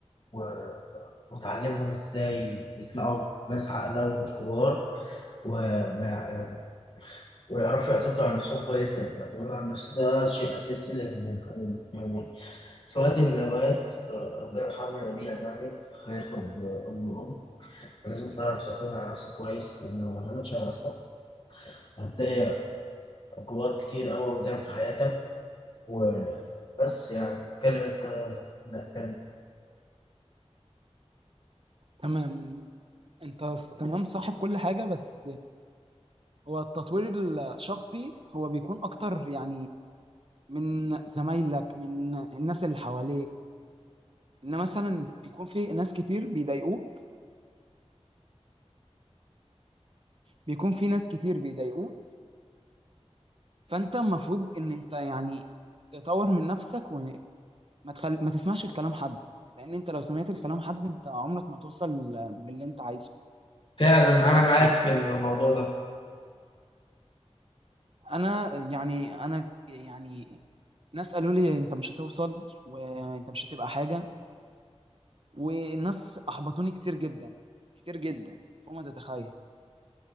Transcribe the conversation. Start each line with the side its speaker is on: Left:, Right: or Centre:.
Left: و... وتعلمهم إزاي يطلعوا ناس عاقلة وناس كبار وما يعني ويعرفوا يعتمدوا على نفسهم كويس لأن الاعتماد على النفس ده شيء أساسي لأن يعني صلاة الجواد آه، ربنا يرحمنا جميعا يعني هياخد آه، أمر أم لازم تعرف تعتمد على نفسك كويس لأن لو ما اعتمدتش على نفسك هتلاقي عقوبات كتير أوي قدام في حياتك وبس يعني اتكلم أنت لا اتكلم
Right: تمام انت س- تمام صح في كل حاجه بس هو التطوير الشخصي هو بيكون اكتر يعني من زمايلك من الناس اللي حواليك ان مثلا بيكون في ناس كتير بيضايقوه بيكون في ناس كتير بيضايقوه فانت المفروض ان انت يعني تطور من نفسك وما تخل... ما تسمعش الكلام حد لان انت لو سمعت الكلام حد انت عمرك ما توصل باللي انت عايزه
Left: فعلا أنا
Right: بس
Left: معاك
Right: يعني
Left: في الموضوع ده
Right: انا يعني انا يعني ناس قالوا لي انت مش هتوصل وانت مش هتبقى حاجة والناس احبطوني كتير جدا كتير جدا فوق ما تتخيل